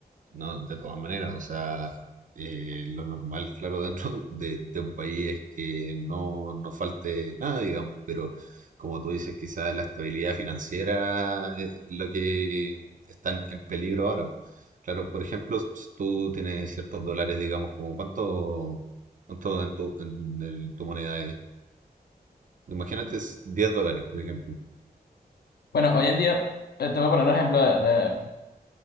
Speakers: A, on the right; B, on the left.
A: No, de todas maneras, o sea, eh, lo normal, claro, <laughs> dentro de, de un país es que no, no falte nada, digamos, pero como tú dices, quizás la estabilidad financiera es lo que está en en peligro ahora. Claro, por ejemplo, s- tú tienes ciertos dólares, digamos, como cuánto, cuánto en tu, en el- tu moneda es. Imagínate es 10 dólares, por ejemplo,
B: Bueno, hoy en día, eh, te voy a poner un ejemplo de, de-